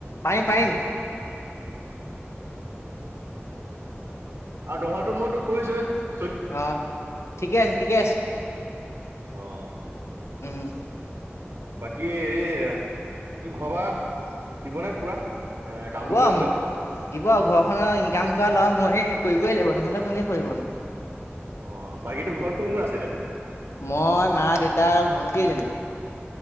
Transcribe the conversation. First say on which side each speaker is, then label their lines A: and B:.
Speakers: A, on the left; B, on the right.
A: পাৰিম-পাৰিম।
B: আৰু দৰমহা তো ময় টোক কৈছোয়ে।
A: অ' ঠিকে আছে ঠিকে আছে।
B: অ'।
A: উম।
B: বাকী হেৰি তোক ঘৰপা দিবনে পুৰা? এ কামটো
A: হ'ব
B: কৰিবলৈ
A: দিব আৰু ঘৰ খনৰ কাম কৰা ল'ৰা মইয়ে কৰিবই লাগিব নহ'লে কোনে কৰিবনো।
B: অ' বাকীটোৰ ঘৰত কোন কোন আছে?
A: মই মা, দেউতা আৰু ভন্টি এজনী।